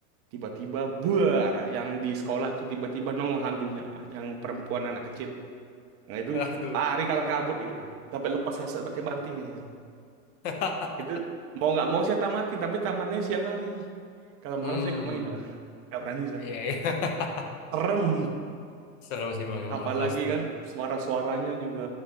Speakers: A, on the right (about 30°); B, on the left (about 20°).
A: tiba-tiba buar yang di sekolah tuh tiba-tiba nongol hantunya yang perempuan anak kecil nah itu
B: Aduh.
A: lari kalang kabut itu sampai lepas headset pakai banting gitu.
B: <laughs>
A: itu mau nggak mau saya tamatin tapi tamatnya siang hari kalau
B: Hmm,
A: malam saya nggak main lah nggak berani saya
B: iya, iya. <laughs>
A: serem
B: Seru sih bang, emang
A: apalagi
B: Outlast tuh.
A: kan suara-suaranya juga